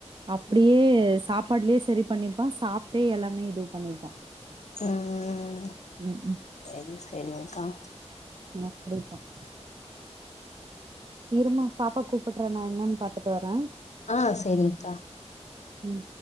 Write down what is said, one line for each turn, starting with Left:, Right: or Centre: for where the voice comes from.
Right: அப்டியே சாப்பாட்லயே சரி பண்ணிப்பா சாப்ட்டே எல்லாமே இதுவு பண்ணிப்பா
Left: ம்
Right: ம்
Left: என்ன தெரியுங்க்கா
Right: ம் அடேய்யப்பா ம் இருமா பாப்பா கூப்புட்றா நா என்னன்னு பாத்துட்டு வர்றே
Left: ஆ சேரிங்க்கா
Right: ம்